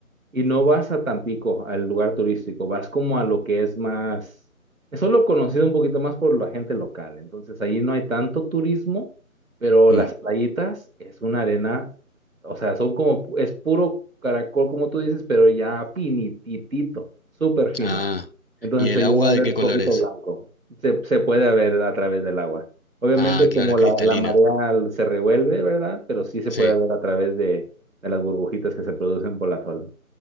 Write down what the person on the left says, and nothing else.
Mm.
Ah,
¿y el
agua
de qué
color
es?
Ah, claro,
es cristalina.
Sí,